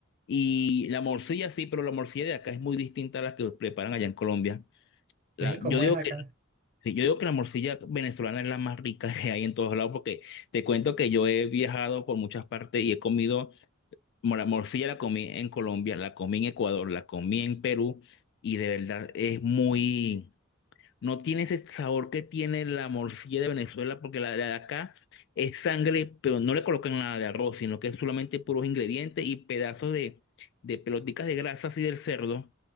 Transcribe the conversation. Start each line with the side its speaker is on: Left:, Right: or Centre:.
Left: Y la morcilla sí, pero la morcilla de acá es muy distinta a la que preparan allá en Colombia. La-
Right: ¿Sí? ¿Cómo
Left: yo digo
Right: es acá?
Left: que, sí, yo digo que la morcilla venezolana es la más rica <laughs> que hay en todos lados, porque te cuento que yo he viajado por muchas partes y he comido, mo- la morcilla la comí en Colombia, la comí en Ecuador, la comí en Perú, y de verdad es muy... No tiene ese sabor que tiene la morcilla de Venezuela, porque la, de acá es sangre, pero no le colocan nada de arroz, sino que es solamente puros ingredientes y pedazos de, de pelotitas de grasa así del cerdo.